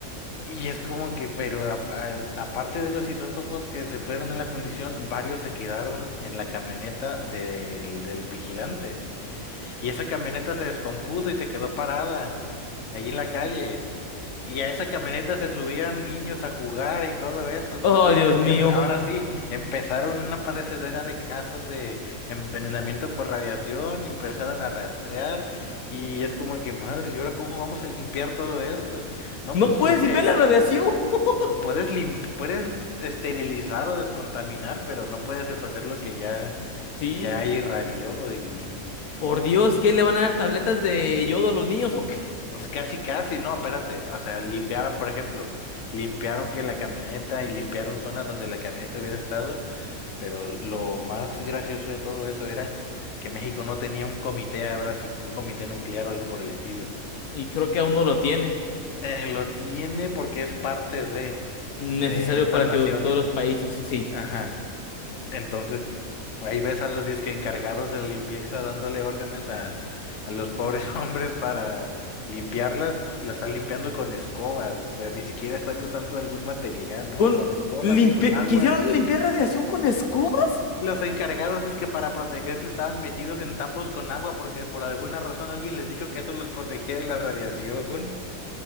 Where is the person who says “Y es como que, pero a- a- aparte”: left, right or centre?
Left